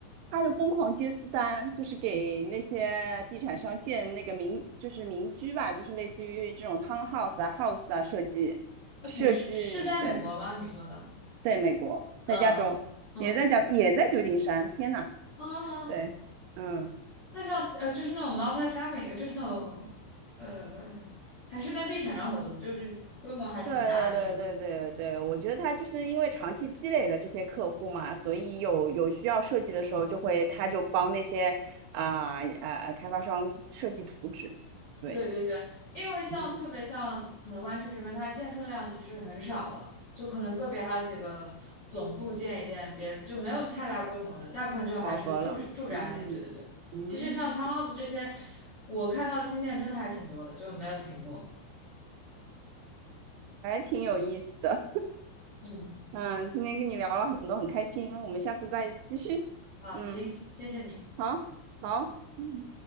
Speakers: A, on the right; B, on the left.
A: 他就疯狂接私单，就是给那些地产商建那个民，就是民居吧，就是类似于这种 townhouse 啊、house 啊设计，设计，
B: 你是是在美国吗？
A: 对
B: 你说的？
A: 对，美国在加州，
B: 嗯嗯嗯
A: 也在加，也在旧金山。天呐，
B: 嗯，
A: 对，嗯。
B: 那像呃就是那种 multi-family，呃就是那种呃还是跟地产商合作，就是规模还挺大的是吧？
A: 对对对对对对，我觉得他就是因为长期积累了这些客户嘛，所以有有需要设计的时候，就会他就帮那些啊啊、呃开发商设计图纸，对，
B: 对对对，因为像特别像可能湾区这边，
A: 嗯，
B: 它建设量其实很少了，就可能个别还有几个总部建一建，别就没有太大规模的，大部分就还是住住宅类。
A: 饱和了，嗯嗯，
B: 对对对，其实像 townhouse 这些，我看到的新店真的还挺多的，就没有停过。
A: 还挺有意思的，
B: 嗯，
A: 嗯，今天跟你聊了很多，很开心，我们下次再继续，
B: 好，
A: 嗯，
B: 行，谢谢你。
A: 好，好。嗯。